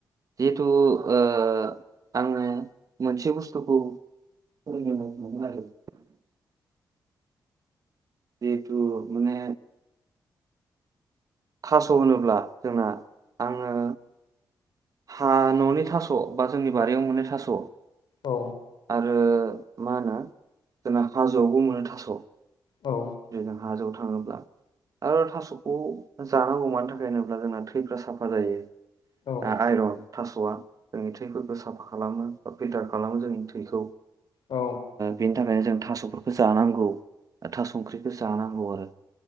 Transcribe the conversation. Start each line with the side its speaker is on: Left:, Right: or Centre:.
Right: जिहेथु ओ आङो मोनसे बुस्थुखौ फोरोंनो मोनो आरो जिथु माने थास' होनोब्ला जोंना आङो हा न'नि थास' बा जोंनि बारियाव मोननाय थास'
Left: औ
Right: आरो मा होनो जोंना हाजोआवबो मोनो थास'
Left: औ
Right: जों हाजोआव थाङोब्ला आरो थास'खौ जानांगौ मानि थाखाय होनोब्ला जोंना थैफ्रा साफा जायो
Left: औ
Right: आइरन थास'आ जोंनि थैफोरखौ साफा खालामो बे फिल्टार खालामो जों थैखौ
Left: औ
Right: बेनि थाखायनो जों थास'फोरखौ जानांगौ थास ओंख्रिखौ जा गौ आरो